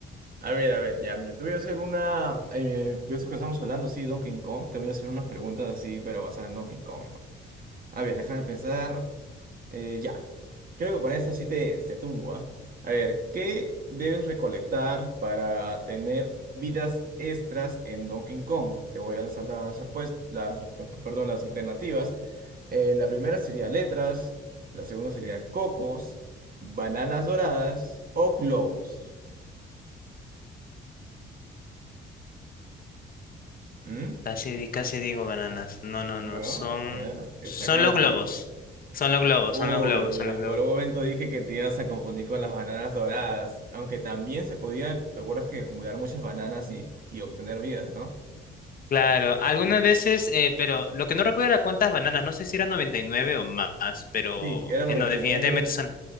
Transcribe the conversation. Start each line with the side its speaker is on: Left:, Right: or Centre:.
Right: A ver, a ver, ya, mira, te voy a hacer una. Eh, pues eso que estamos hablando sí Donkey Kong, te voy a hacer unas preguntas así, pero basadas en Donkey Kong, ¿no? A ver, déjame pensar. Eh, ya, creo que con esto sí te, te tumbo, ¿ah? A ver, ¿qué debes recolectar para tener vidas extras en Donkey Kong? Te voy a lanzar las respuestas, las, perdón, las alternativas. Eh, la primera sería letras, la segunda sería cocos, bananas doradas o globos. ¿Mm?
Left: Casi, di- casi digo bananas. No, no,
Right: ¿No?
Left: no, son,
Right: ¿Eh? Está
Left: son
Right: como
Left: los globos,
Right: que...
Left: son los globos,
Right: Uy,
Left: son los globos,
Right: uy,
Left: son
Right: uy,
Left: los globos.
Right: por un momento dije que te ibas a confundir con las bananas doradas, aunque también se podía, te acuerdas que acumular muchas bananas y, y obtener vidas, ¿no?
Left: Claro, algunas veces, eh, pero lo que no recuerdo era cuántas bananas, no sé si eran 99 o más, pero
Right: Sí, era 99,
Left: eh, no, definitivamente son.